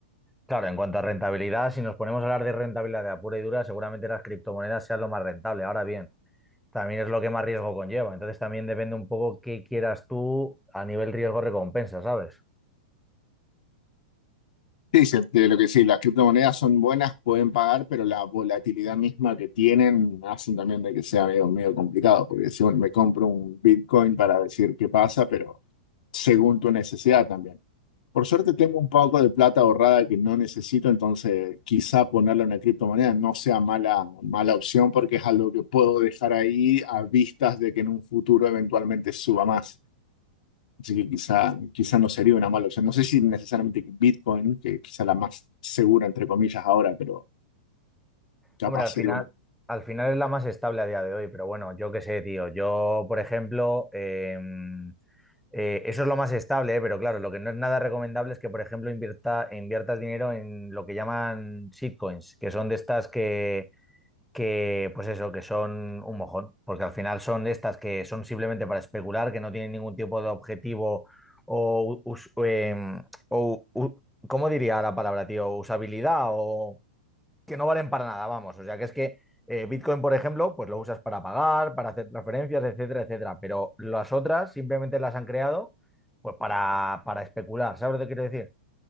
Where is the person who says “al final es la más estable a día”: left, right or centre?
Centre